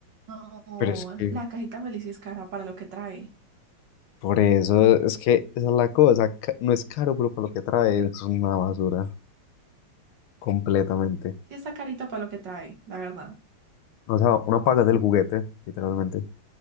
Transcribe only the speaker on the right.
no.
La cajita feliz sí es cara para lo que trae.
Sí está carito para lo que trae, la verdad.